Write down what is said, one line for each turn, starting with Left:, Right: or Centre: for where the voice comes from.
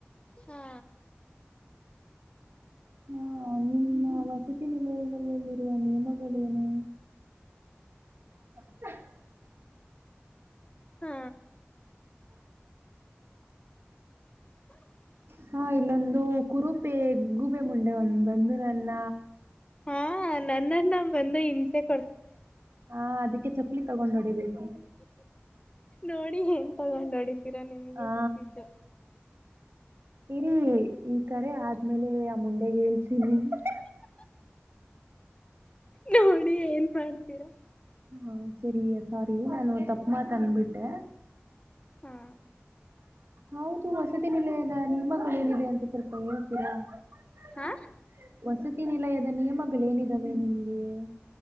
Left: ಹಾ
Right: ಹಾ, ನಿಮ್ಮ ವಸತಿ ನಿಲಯಗಳಲ್ಲಿರುವ ನಿಯಮಗಳೇನು <unintelligible>
Left: ಹಾ <inaudible>
Right: ಹಾ ಇಲ್ಲೊಂದು ಕುರುೂಪೆ ಗೂಬೆ ಮುಂಡೆ ಒಂದು ಬಂದು ನನ್ನ
Left: ಹಾ ನನ್ನನ್ನ ಬಂದು ಇನ್ಫೆಕ್ಟ್
Right: ಹಾ ಅದಕ್ಕೆ ತಗೊಂಡ ಹೊಡಿಬೇಕು.
Left: ನೋಡಿ ಏನ್ ತಗೊಂಡ್ ಹೊಡಿತೀರಾ ನಿಮಗೆ
Right: ಹಾ
Left: ಬಿಟ್ಟಿದ್ದು
Right: ಇರಿ ಈ ಕಡೆ ಆದ್ಮೇಲೆ ಅಮೌನ್ <unintelligible>
Left: ನೋಡಿ ಏನ್ ಮಾಡ್ತೀರಾ.
Right: ಹಾ ಸರಿ ಸ್ವಾರಿ ನಾನು ತಪ್ಪ ಮಾತ್ ಅಂದಬಿಟ್ಟೆ.
Left: ಹಾ
Right: ಹೌದು ವಸತಿ ನಿಲಯದ ನಿಯಮಗಳೇನಿದೆ ಅಂತ ಸ್ವಲ್ಪ <unintelligible>
Left: ಹಾ
Right: ವಸತಿ ನಿಲಯದ ನಿಯಮಗಳೇಏನಿದಾವೆ ನಿಮ್ಗೆ ಏ -